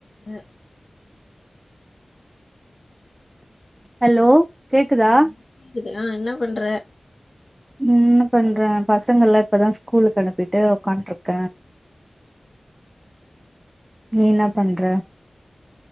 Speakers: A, on the left; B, on the right.
A: அ
B: hello கேக்குதா
A: hello கேக்குது அ என்ன பண்ற
B: என்ன பண்ற பசங்கள்ல இப்பதா ஸ்கூலுக்கு அனுப்பிட்டு உக்காண்ட்ருக்க நீ என்ன பண்ற